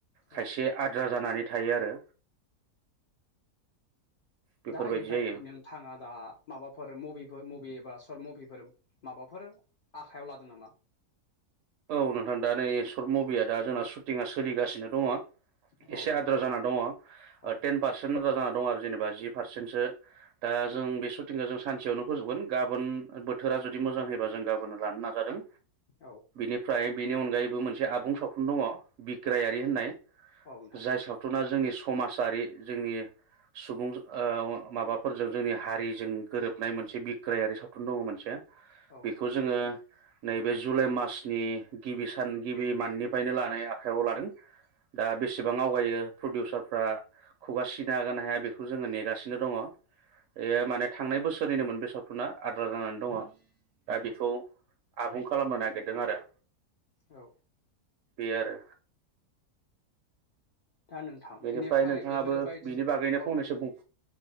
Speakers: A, on the right (about 70°); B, on the left (about 85°).
A: खायसे
B: औ
A: आद्रा जानानैथ थायो आरो। बेफोरबायदि
B: दा इनिफ्राय
A: जायो
B: नों थाङा दा माबाफोर मुभिफोर मुभिफ बा सर्ट मुभिफोर माबाफोर आखायाव लादों नामा।
A: औ नोंथां दा नै सशर्ट मुभिया दा जोंना शुटिंआ सलिगासिनो दङ।
B: औ
A: एसे
B: नोंथां
A: आद्रा जाना दङ ओ
B: औ
A: टेन पारसेन्ट आद्रा जाना द दं आरो जेनेबा जि पारसेन्टसो दा जों बे सुटिंखो जों सानसेयावनो फोजोबगोन गाबोन बोथोरा जुदि मोजां होयोबा जों गाबोन लानो नाजादों।
B: औ
A: निफ्राय बेनि अनगायैबो मोनसे आबुं सावथुन दङ। बिग्रायारि होननाय
B: औ नोंथां
A: जाय सावथुना जोंनिस समाजारि जोंनि सुबुं ओ माबाफोरजों जोंनि हारिजों गोरोबनाय मोनसे बिग्रायारि सावथुन दङ मोनसे।
B: औ नोंथां
A: बेखौ जोङो। नैबे जुलाइ मास नि गिबि सान गिबि माननिफ्रायनो लानाय आखायाव लादों दा बेसेबां आवगायो प्रडिउसारफ्रा खुगा सिनो हागोन ना हाया बेखौ जोङो नेगासिनो दङ। बे
B: औ
A: माने थांनाय बोसोर सोरोलिनोमोन बे सावथुना आद्रा जानानै दङ दा बेखौ आबुं खालामनो नागिरदों नागिरदों आरो
B: औ
A: बे आरो
B: दा नोंथां
A: बेनिफ्राय नोंथाङाबो
B: बेफोरो बायदि
A: बिनि बागैनो
B: औ
A: फंनैसो बुं?